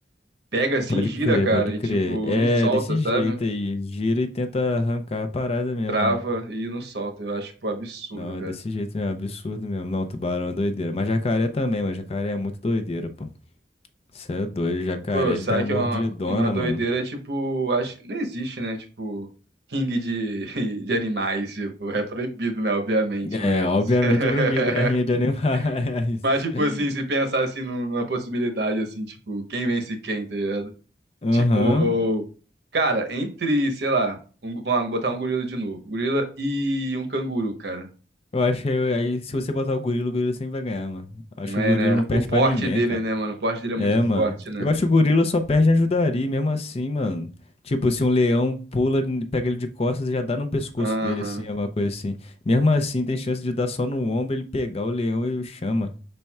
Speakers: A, on the right; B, on the left.
A: pega assim,
B: Pode
A: gira,
B: crer,
A: cara,
B: pode
A: e
B: crer.
A: tipo,
B: É,
A: não solta,
B: desse
A: sabe?
B: jeito aí. Gira e tenta arrancar a parada mesmo,
A: Trava
B: né?
A: e não solta. Eu acho, tipo, absurdo,
B: Não,
A: cara.
B: é desse jeito mesmo, absurdo mesmo. Não, tubarão é doideira. Mas jacaré também, mas jacaré é muito doideira, pô. Você é doido, jacaré,
A: Pô,
B: ele
A: sabe
B: tem a
A: que
B: mordidona,
A: é uma, uma doideira,
B: mano.
A: tipo, acho que não existe, né? Tipo, ringue de, <laughs> de animais, tipo, é proibido, né? Obviamente, mas.
B: É, obviamente
A: <laughs>
B: proibido, né? Rinha de animais.
A: Mas, tipo,
B: <laughs>
A: assim, se pensar assim numa possibilidade, assim, tipo, quem vence quem, tá ligado?
B: Aham.
A: Tipo, cara, entre, sei lá, um, vamos lá, vamos botar um gorila de novo. Gorila e um canguru, cara.
B: Eu acho que aí, se você botar o gorila, o gorila sempre vai ganhar, mano. Acho
A: É,
B: que o gorila
A: né?
B: não perde
A: O porte
B: pra ninguém,
A: dele,
B: cara.
A: né, mano? O porte dele é muito
B: É,
A: forte,
B: mano.
A: né?
B: Eu acho que o gorila só perde em ajudaria, mesmo assim, mano. Tipo, se um leão pula, n- pega ele de costas e já dá no pescoço
A: Aham.
B: dele, assim, alguma coisa assim. Mesmo assim, tem chance de dar só no ombro, ele pegar o leão e o chama.